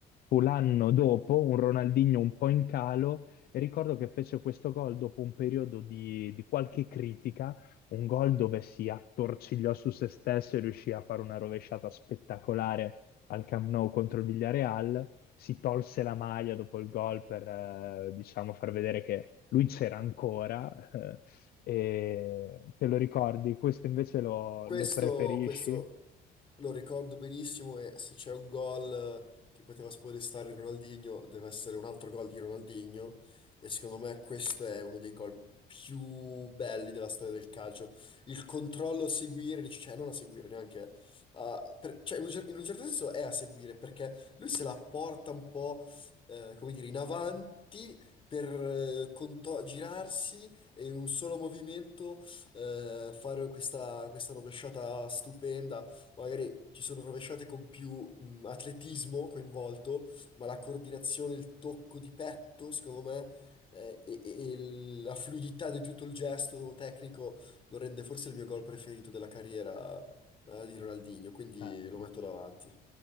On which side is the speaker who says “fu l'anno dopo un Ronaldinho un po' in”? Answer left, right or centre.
Left